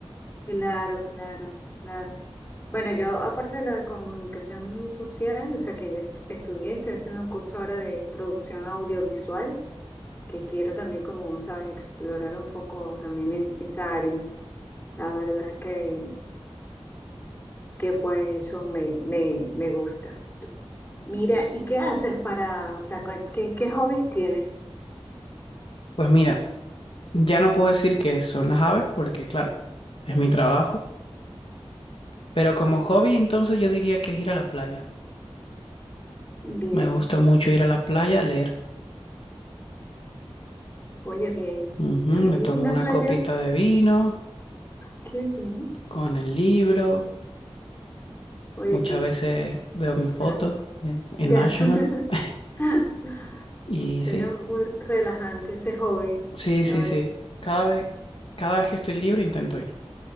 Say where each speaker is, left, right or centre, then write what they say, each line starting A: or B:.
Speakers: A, on the left; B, on the left.
A: Claro, claro, claro. Bueno, yo aparte de la comunicación social, o sea que ya est- estudié, estoy haciendo un curso ahora de producción audiovisual, que quiero también, como sabes, explorar un poco también en esa área. La verdad que, que pues eso me, me, me gusta. Mira, ¿y qué haces para, o sea, cu- qué, qué hobbies tienes?
B: Pues mira, ya no puedo decir que son las aves porque claro, es mi trabajo, pero como hobby entonces yo diría que es ir a la playa.
A: Bien,
B: Me gusta mucho ir a la playa a leer.
A: oye, bien.
B: Ujú,
A: A mí
B: Me tomo
A: una
B: una
A: playa,
B: copita de vino
A: qué bien.
B: con el libro.
A: Oye,
B: Muchas
A: qué,
B: veces
A: su- o
B: veo mis
A: sea,
B: fotos en,
A: ya.
B: en National. <laughs>
A: <laughs>
B: Y
A: Suena
B: sí,
A: muy relajante ese hobby,
B: sí,
A: la
B: sí,
A: verdad.
B: sí. Cada vez, cada vez que estoy libre intento ir.